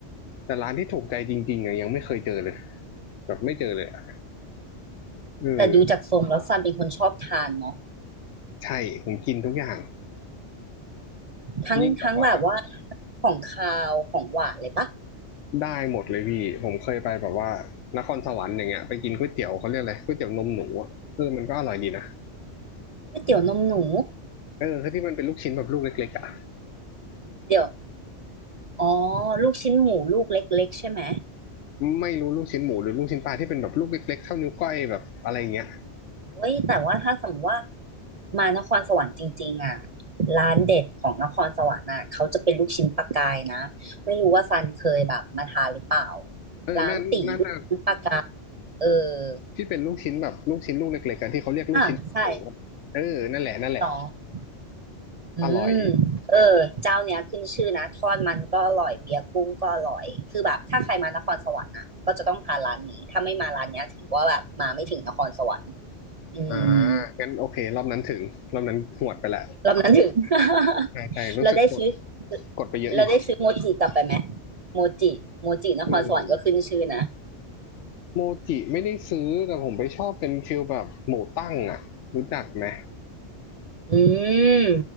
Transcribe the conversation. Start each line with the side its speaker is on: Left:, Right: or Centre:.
Left: แต่ร้านที่ถูกใจจริงๆอะยังไม่เคยเจอเลยแบบไม่เจอเลยอะเออ
Right: แต่ดูจากทรงแล้วซันเป็นคนชอบทานเนาะ
Left: ใช่ผมกินทุกอย่าง
Right: ทั้งทั้งแบบว่า
Left: ยิ่งแบบว่า
Right: ของคาวของหวานเลยปะ
Left: ได้หมดเลยพี่ผมเคยไปแบบว่านครสวรรค์อย่างเงี้ยไปกินก๋วยเตี๋ยวเขาเรียกอะไรก๋วยเตี๋ยวนมหนูอะเออมันก็อร่อยดีนะ
Right: ก๋วยเตี๋ยวนมหนู
Left: เออที่มันเป็นลูกชิ้นแบบลูกเล็กๆอ่ะ
Right: เดี๋ยว อ๋อลูกชิ้นหมูลูกเล็กๆใช่ไหม
Left: ไม่รู้ลูกชิ้นหมูหรือลูกชิ้นปลาที่เป็นแบบลูกเล็กๆเท่านิ้วก้อยแบบอะไราเงี้ย
Right: เว้ย แต่ว่าถ้าสมมติว่ามานครสวรรค์จริงๆอ่ะร้านเด็ดของนครสวรรค์อ่ะ เขาจะเป็นลูกชิ้นปลากายนะ ไม่รู้ว่าซันเคยแบบมาทานหรือเปล่า
Left: เออนั่นนั่นน่ะ
Right: ร้านตีลูกชิ้นปลากายเออ
Left: ที่เป็นลูกชิ้นแบบลูกชิ้นลูกเล็กๆกันที่เขาเรียกลูกชิ้นหมูอะเออนั่นแหละนั่นแหละ
Right: อ่ะใช่ต่ออืมเออเจ้าเนี้ยขึ้นชื่อนะทอดมันก็อร่อย
Left: อร่อย
Right: เบียร์กุ้งก็อร่อย คือแบบถ้าใครมานครสวรรค์อ่ะก็จะต้องทานร้านนี้ถ้าไม่มาร้านเนี้ยถือว่าแบบมาไม่ถึงนครสวรรค์อืม
Left: อ่างั้นโอเครอบนั้นถึงรอบนั้นหวดไปละ
Right: รอบนั้นถึง <laughs>
Left: ใช่ใช่รู้สึกกด
Right: เราได้ซื้อ
Left: กดไปเยอะอยู่
Right: เราได้ซื้อโมจิกลับไปไหม โมจิโมจินครสวรรค์ก็ขึ้นชื่อนะ
Left: เออโมจิไม่ได้ซื้อแต่ผมไปชอบเป็นฟิลแบบหมูตั้งอ่ะรู้จักไหม
Right: อืม